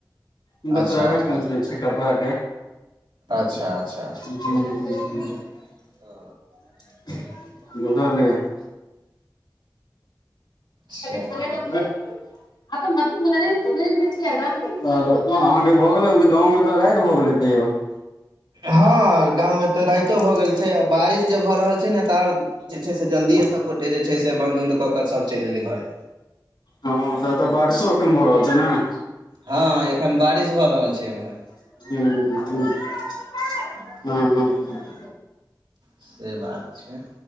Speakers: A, on the left; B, on the right.
A: मत
B: अच्छा
A: प्राइवेट कम्पनी
B: अच्छा
A: छैय कपड़ा के।
B: अच्छा अच्छा
A: ह ह
B: ओ
A: ह बुझलहि। <inaudible>
B: चलू
A: त अहां के भगेलै गांव मे त राति भऽ गेल हेतै यौ।
B: हँ गाँवमे तऽ राइतो भऽ गेल छैय आ बारिश जे भऽ रहल छैय ने तऽ आओर जे छैय से जल्दिए सभगोटे जे छैय से बन्द उन्द कऽ केऽ सभ चलि एयलै घरे।
A: हँ ओतऽ त बारिशो एखन भऽ रहल छैय नाय।
B: हँ एखन बारिश भऽ रहल छैय एम्हर।
A: हू- हू- हँ- हँ- हँ
B: से बात छैय।